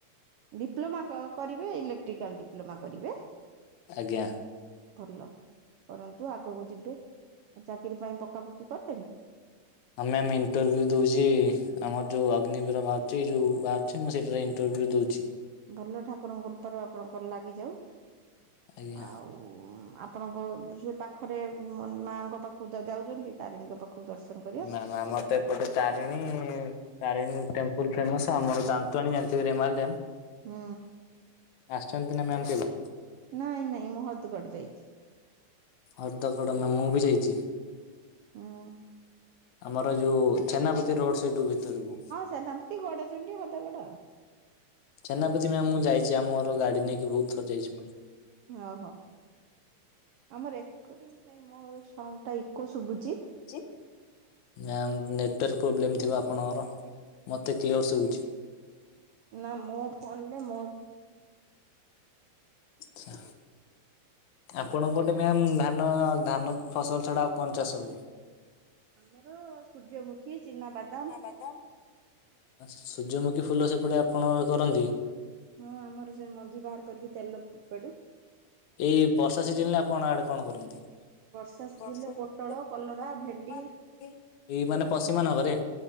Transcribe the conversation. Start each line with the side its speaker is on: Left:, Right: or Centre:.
Right: ଡିପ୍ଲୋମା କ କରିବେ ଇଲେକ୍ଟ୍ରିକାଲ୍ ଡିପ୍ଲୋମା କରିବେ।
Left: ଆଜ୍ଞା।
Right: ଭଲ କରନ୍ତୁ ଆଗକୁ ଯିବେ ଆଉ ଚାକିରି ପାଇଁ ପକାପକି କଲେଣି?
Left: ଆମେ ଆମ ଇଣ୍ଟରଭ୍ୟୁ ଦେଉଛି ଆମର ଯେଉଁ ଅଗ୍ନିବୀର ବାହାରୁଛି ଯେଉଁ ବାହାରୁଛି ମୁଁ ସେଇଠାରେ ଇଣ୍ଟରଭ୍ୟୁ ଦେଉଛି।
Right: ଭଲ ଠାକୁରଙ୍କ କୃପାରୁ ଆପଣଙ୍କର ଲାଗିଯାଉ।
Left: ଆଜ୍ଞା।
Right: ଆଉ ଆପଣଙ୍କ ସେ ପାଖରେ ମାଆଙ୍କ ପାଖକୁ ତ ଯାଉଛନ୍ତି ତାରିଣୀଙ୍କ ପାଖକୁ ଦର୍ଶନ କର
Left: ନା ନା ମତେ ଗୋଟେ ତାରିଣୀ ତାରିଣୀ ଟେମ୍ପଲ ଫେମସ୍। ଆମର ଦାନ୍ତୁଆଣୀ ଜାଣିଥିବେ ରେମାଲି ଡ୍ୟମ୍?
Right: ହୁଁ।
Left: ଆସିଛନ୍ତି ନା ମ୍ୟାମ କେବେ?
Right: ନାଇଁ ନାଇଁ ମୁହଦଗଡ ଯାଇଛି।
Left: ମୁହଦଗଡ଼ ନା ମୁଁ ବି ଯାଇଛି।
Right: ହୁଁ
Left: ଆମର ଯୋଉ ଛେନାପତି ରୋଡ ସେଇଠୁ ଭିତ ହଁ।
Right: ସେନାପତି ଗଡ଼ଚଣ୍ଡୀ ହଦଗଡ଼
Left: ଛଜନାପତି ମ୍ୟାମ ମୁଁ ଯାଇଛି ଆମର ଗାଡ଼ି ନେଇକି ବହୁତ ଥର ଯାଇଛି ମୁଁ।
Right: ଓହୋଃ। ଆମ ରେକର୍ଡିଙ୍ଗ ପାଇଁ ମୋ ସାଉଣ୍ଡ ଟା ଏକ ଶୁଭୁଛି।
Left: <inaudible> ମ୍ୟାମ୍ ନେଟୱାର୍କ ପ୍ରୋବ୍ଲେମ୍ ଥିବ ଆପଣଙ୍କର ମୋତେ କ୍ଲିଅର୍ ଶଭୁଛି।
Right: ନା ମୋ ଫୋନରେ ମୋ
Left: ଆଚ୍ଛା। ଆପଣଙ୍କ ପଟେ ମ୍ୟାମ ଧାନ ଧାନ ଫସଲ ଛଡା ଆଉ କଣ ଚାଷ ହୁଏ?
Right: ଆମର ସୂର୍ଯ୍ୟମୁଖୀ, ଚିନାବାଦାମ
Left: <unintelligible> ସୂର୍ଯ୍ୟମୁଖୀ ଫୁଲ ସେପଟେ ଆପଣ କରନ୍ତି?
Right: ହଁ, ଆମର ସେ ମଞ୍ଜି ବାହାର କରିକି ତେଲ ପେଡୁ
Left: ଏଇ ବର୍ଷା ସିଜନ ରେ ଆପଣ ଆଡେ କଣ କରନ୍ତି?
Right: ବର୍ଷା ସିଜିନରେ
Left: <unintelligible>
Right: ପୋଟଳ କଲରା ଭେଣ୍ଡି
Left: ଏଇ ମାନେ ପଶିମାନଙ୍କ ରେ?